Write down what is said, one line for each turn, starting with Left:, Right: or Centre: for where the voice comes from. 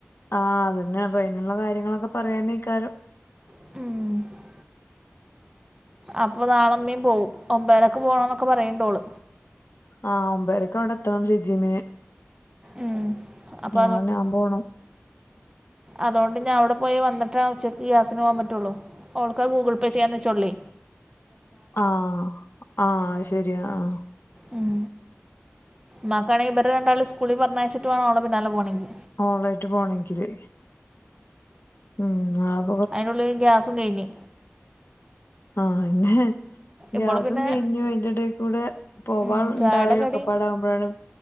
Left: ആഹ് അതന്നെയ അപ്പൊ അയ്നുള്ള കാര്യങ്ങളൊക്കെ പറയനേക്കാര്യം
Right: ഉം അപ്പൊ നാളമ്മീയും പോവും ഒമ്പരൊക്കെ പോണംന്നൊക്കെ പറയണ്ടോളു
Left: ആഹ് ഒമ്പരക്കെവിടെ എത്തണം ഷജീമിന്
Right: ഉം അപ്പൊ
Left: നാളെ ഞാൻ പോണം
Right: അതോണ്ട് ഞാൻ അവിടെ പോയി വന്നിട്ടേ ഉച്ചക്ക് ഗ്യാസിന് പോകാൻ പറ്റുള്ളൂ ൾക്ക ഗൂഗിൾ പേ ചെയ്യാൻ വച്ചോള്ളേ
Left: ആഹ് ആഹ് അയ്ശരിയാ ആഹ്
Right: ഉം മാക്കണെങ്കിൽ ഇവടെ രണ്ടാും സ്കൂളിൽ പറഞ്ഞയച്ചട്ട് ആണോ പിന്നാല പോണെങ്കിൽ
Left: ഓളയിട്ട് പോണെങ്കില് ഉം ആഹ്
Right: അയ്ന്റെുള്ളിൽ ഗ്യാസും കഴിഞ്
Left: ആഹന്നെ
Right: ഇവള്
Left: ഗ്യാസും
Right: പിന്നെ
Left: കഴിഞ്ഞും അയ്ന്റെടെകൂടെ പോവാൾ
Right: ഉം
Left: ഉണ്ടായൊ
Right: ചായയുടെ കടി
Left: ഒക്കെ പാടകുമ്പോഴാണ്